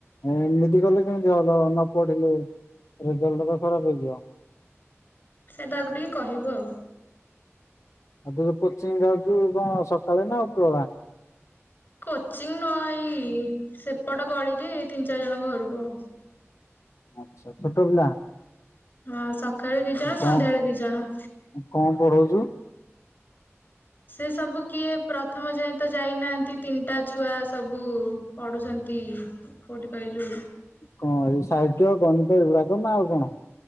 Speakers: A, on the left (about 75°); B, on the left (about 45°).
A: ଏମିତି କଲେ କେମିତି ଭଲ ନ ପଢିଲେ ରେଜଲ୍ଟ ତ ଖରାପ ହେଇଯିବ
B: ସେଇଟାକୁ ଟିକେ କହିବୁ ଆଉ
A: ଆଉ ତ ଯଉ କୋଚିଂ ଯାଉଛୁ କଣ ସକାଳେ ନା ଆଉ ପୁରଳା
B: କୋଚିଂ ନୁଆ ଏଇ ସେପଟ କଳିରେ ତିନି ଚାରି ଜଣଙ୍କ ଘରକୁ ଆବ
A: ଆଚଛା ଛୋଟ ପିଲା
B: ହଁ ସକାଳେ ଦି ଜଣ
A: କଣ
B: ସନ୍ଧ୍ୟାବେଳେ ଦି ଜଣ
A: କଣ ପଢ଼ଉଛୁ?
B: ସେ ସବୁ କିଏ ପ୍ର ଥମ ଯାଏ ତ ଯାଇନାହାନ୍ତି ତିନିଟା ଛୁଆ ସବୁ ପଢ଼ୁଛନ୍ତି। କଉଠି କହିଲୁ?
A: କଣ ଏଇ ସାହିତ୍ୟ ଗଣିତ ଏଇ ଗୁଡ଼ାକ ନା ଆଉ କଣ?